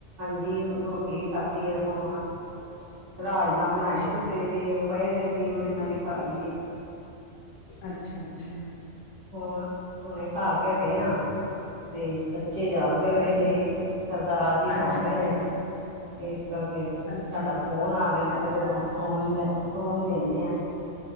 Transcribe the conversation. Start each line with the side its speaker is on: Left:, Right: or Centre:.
Right: ਜੀ ਉਹ ਰੋ ਕੀ ਖਾਧੀ ਆ ਹੁਣ। <unintelligible> ਰਾਜਮਾਂ ਬਣਾਏ
Left: ਅੱਛਾ
Right: ਸੀ। ਸਵੇਰੇ ਉਹ ਪਏ ਦੇ ਸੀ। ਉਹਦੇ ਨਾਲ ਹੀ ਖਾ ਲਈਏ
Left: ਅੱਛਾ ਅੱਛਾ
Right: ਹੋਰ ਹੁਣੇ ਖਾ ਕੇ
Left: ਹੋਰ
Right: ਹਟੇ ਆ। ਦੇ ਬੱਚੇ ਜਾਗਦੇ ਹੋਏ
Left: ਹਾਂਜੀ
Right: ਨੇ ਸਰਦਾਰ ਜੀ ਸੌਂ
Left: ਅੱਛਾ
Right: ਗਏ
Left: ਅੱਛਾ
Right: ਨੇ। ਏਵ ਅੱਗੇ ਤੁਹਾਡਾ
Left: ਅੱਛਾ
Right: ਫੋਨ ਆ। ਗਿਆ ਮੈਂ ਚਲੋ ਸੋਹਣੀ ਲੈ ਸੋਹਣੀ ਲੈਣ ਨੇ ਆਂ